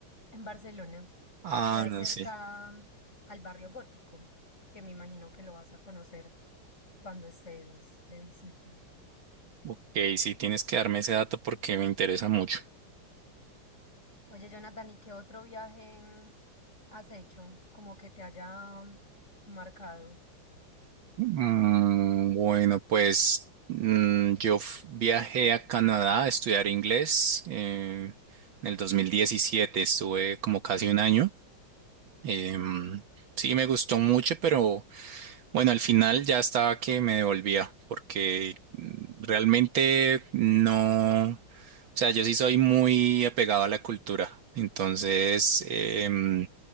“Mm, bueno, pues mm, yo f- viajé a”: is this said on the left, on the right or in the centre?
Right